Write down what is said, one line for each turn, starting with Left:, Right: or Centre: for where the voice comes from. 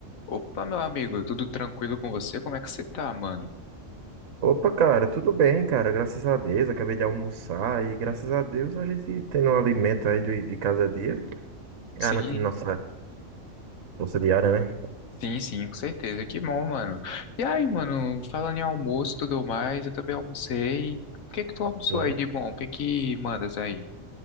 Left: Opa, meu amigo, tudo tranquilo com você? Como é que você tá, mano?
Right: Opa, cara, tudo bem, cara? Graças a Deus, acabei de almoçar e graças a Deus a gente tendo um alimento aí de, de cada dia, garantindo
Left: Sim,
Right: nossa bolsa diária, né?
Left: sim, sim, com certeza. Que bom, mano. E aí, mano, falando em almoço e tudo mais, eu também almocei. O que é que tu almoçou
Right: Sim.
Left: aí de bom? O que é que mandas aí?